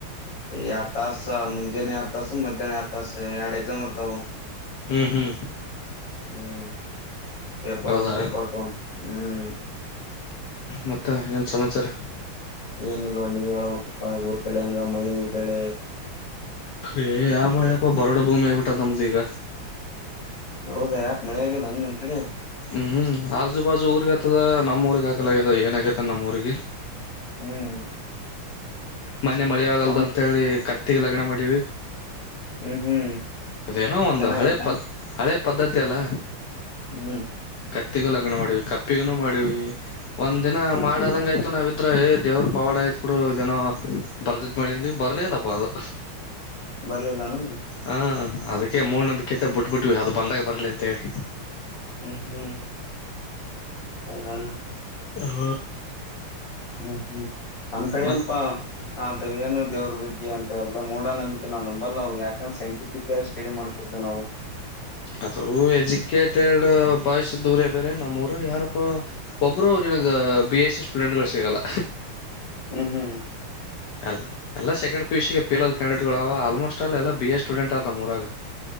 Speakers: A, on the left (about 60°); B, on the left (about 75°).
A: ಎರಡ್ ತಾಸ ಮುಂಜಾನೆ ಎರ ತಾಸ ಮಧ್ಯಾಹ್ನ ಆರ ತಾಸ ಎರಡ್ ಎಕ್ಸಾಮ್ ಇರ್ತಾವ
B: ಹ್ಮ್ ಹ್ಮ್
A: ಹ್ಮ್ ಪೇಪರ್
B: ಹೌದಾ
A: ಒನ್ ಪೇಪರ್ ಟು ಅಂಥ ಹ್ಮ್
B: ಮತ್ತು ಏನು ಸಮಾಚಾರ
A: ಏನಿಲ್ವಾ ನೀವು ಹೇಳ ಪಪ್ಪ ಊರ್ ಕಡೆ ಹಂಗ ಮಳಿ ಬೆಳೆ
B: ಏ ಯಾವ ಮಳೆ ಯಪ ಬರಡು ಭೂಮಿ ಆಗ್ಬಿಟ್ಟ ನಮ್ದ ಈಗ
A: ಹೌದಾ ಯಾಕ ಮಳೆ ಆಗಿಲ್ಲ ನಿಮ್ ಕಡೆ
B: ಹ್ಮ್ ಹ್ಮ್ ಆಜು ಬಾಜು ಊರ್ಗ್ ಆತದ ನಮ್ಮ ಊರ್ಗ್ ಅಗಲ್ ಆಗ್ಯದ ಏನ ಆಗೇತ ನಮ್ಮ ಊರ್ರಿಗೆ
A: ಹ್ಮ್
B: ಮೊನ್ನೆ ಮಳಿ ಆಗಲ್ದ
A: ನಮ
B: ಅಂತ ಹೇಳಿ ಕ ತಿಗಿ ಲಗಣ ಮಾಡವಿ
A: ಹ್ಮ್ ಹ್ಮ್
B: ಅದೇನೋ ಒಂದು
A: ಚೆನ್ನಾಗಯ್ತಾನ
B: ಹಳೆ ಪತ್ ಹಳೆ ಪದ್ಧತಿಯಲ್ಲ
A: ಹ್ಮ್
B: ತ್ತಿಗೂ ಲಗ್ನ ಮಾಡೀವಿ ಕಪ್ಪಿಗೂ ಮಾಡೀವಿ ಒಂದ ದಿನ ಮಾಡದಂಗ ಆಯ್ತು ನಾವವುದ್ರೆ ದೇವ್ರರು ಪವಾಡ ಆಯ್ತ ಬಿಡು ಇದನೋ ಬರ್ದತ್ ಮಳಿ ನೀವು ಬರ್ಲ ಇಲ್ಲಪ್ಪ ಅದು
A: ಬರ್ಲಿಲ್ಲಾನ
B: ಹ ಅದಕ್ಕೆ ಮೂಡ ನಂಬಿಕೆತೆ ಬಿಟ್ಬ ಬಿಟ್ವಿ ಅದು ಬಂದಾಗ ಬರಲಿ ಅಂತ ಹೇಳಿ
A: ಹ್ಮ್ ಹ್ಮ್ ಹೌದೆನ್
B: ಹ
A: ಹ್ಮ್ ಹ್ಮ್ ನಮ್ ಕಡೆ
B: ಮತ್
A: ಅಲ್ಪ ಆತ ಏನು ದೇವ್ರ ಬಗ್ಗೆ ಅಂತ ಎಲ್ಲ ಮೂಡ ನಂಬಿಕೆ ನಾವು ನಂಬಲ್ಲವು ಯಾಕಂದ್ರ ಸೈನ್ ಸೈಂಟಿಫಿಕ್ ಆಗಿ ಸ್ಟಡಿ ಮಾಡ್ತಿರ್ತೇವಿ
B: ಅದು ಎಜುಕೇಟೆಡ್ ಬಾಯಸಿದ್ದೂರೇ ಬೇರೆ ನಮ್ಮೂರ ಯಾರಪ್ಪಾ ಒಬ್ರು ನನ್ಗ್ ಬಿ ಎಸ್ ಸಿ ಸ್ಟೂಡೆಂಟ್ ಗಳು ಸಿಗಲ್ಲ
A: ಹ್ಮ್ ಹ್ಮ್
B: ಎಲ್ಲ ಎಲ್ಲ second P U C fail candidate almost ಅ ಎಲ್ಲ ಬಿ ಎ ಸ್ಟೂಡೆಂಟ್ ಅ ಮೂರಾಗ